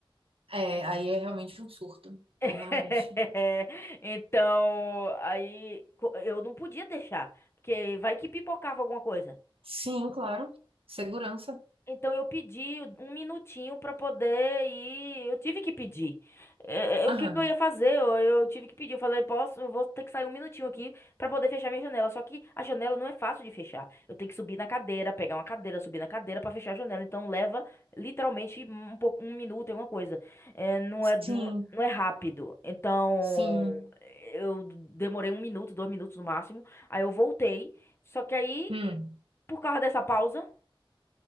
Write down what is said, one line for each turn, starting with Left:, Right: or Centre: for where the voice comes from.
Right: É, aí é realmente um surto. É
Left: <laughs>
Right: realmente.
Left: Então, aí co- eu não podia deixar, porque vai que pipocava alguma coisa.
Right: Sim, claro. Segurança.
Left: Então eu pedi um minutinho para poder ir. Eu tive que pedir. Eh, eh, O
Right: Aham.
Left: que que eu ia fazer? Eu, eu tive que pedir. Eu falei, posso, eu vou ter que sair um minutinho aqui para poder fechar minha janela. Só que a janela não é fácil de fechar. Eu tenho que subir na cadeira, pegar uma cadeira, subir na cadeira para fechar a janela. Então leva literalmente um pouco, um minuto, alguma coisa. Eh, não é, não,
Right: Sim,
Left: não é rápido. Então
Right: sim.
Left: eu demorei um minuto, dois minutos no máximo. Aí eu voltei. Só que aí,
Right: Hum.
Left: por causa dessa pausa